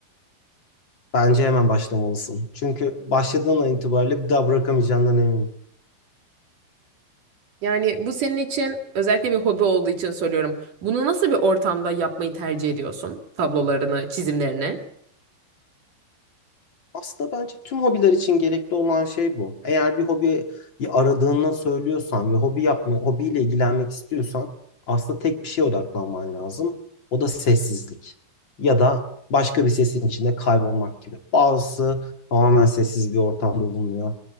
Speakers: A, on the left; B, on the right.
A: Bence hemen başlamalısın. Çünkü başladığın an itibariyle bir daha bırakamayacağından eminim.
B: Yani bu senin için özellikle bir hobi olduğu için soruyorum. Bunu nasıl bir ortamda yapmayı tercih ediyorsun? Tablolarını, çizimlerini?
A: Aslında bence tüm hobiler için gerekli olan şey bu. Eğer bir hobiyi aradığını söylüyorsan ve hobi yapma, hobiyle ilgilenmek istiyorsan aslında tek bir şeye odaklanman lazım. O da sessizlik. Ya da başka bir sesin içinde kaybolmak gibi. Bazısı tamamen sessiz bir ortamda bulunuyor.